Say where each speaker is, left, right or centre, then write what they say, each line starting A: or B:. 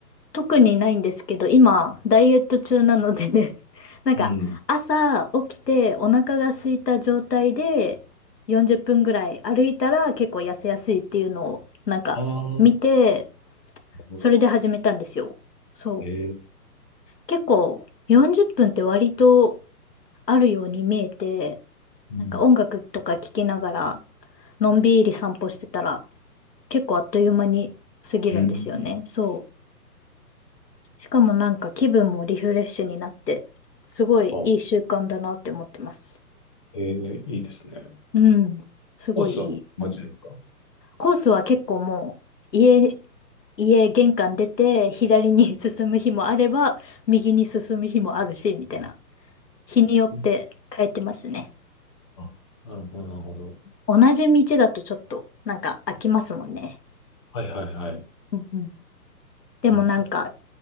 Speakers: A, on the left; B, on the left.
A: 特にないんですけど、今、ダイエット中なのでね <laughs> なんか、
B: うん。
A: 朝起きてお腹が空いた状態で40分ぐらい歩いたら結構痩せやすいっていうのを、なんか、
B: ああ、なる
A: 見て、
B: ほど。
A: それで始めたんですよ。そう。
B: ええ。
A: 結構、40分っぷんって割とあるように見えて、
B: うん。
A: なんか音楽とか聴きながら、のんびり散歩してたら、結構あっという間に過ぎるんですよね。
B: うん。
A: そう。しかもなんか気分もリフレッシュになって、すごいいい習慣だなって思ってます。
B: あ、ええいいですね。
A: うん。すごいいい。
B: コースはもう街ですか
A: コースは結構もう、家、家玄関出て、左に <laughs> 進む日もあれば、右に進む日もあるし、みたいな。日によって変えてますね。
B: うんあ、なるほど、なるほど。
A: 同じ道だとちょっと、なんか飽きますもんね。
B: はいはいはい。
A: うんうん。でもなんか、
B: なるほど。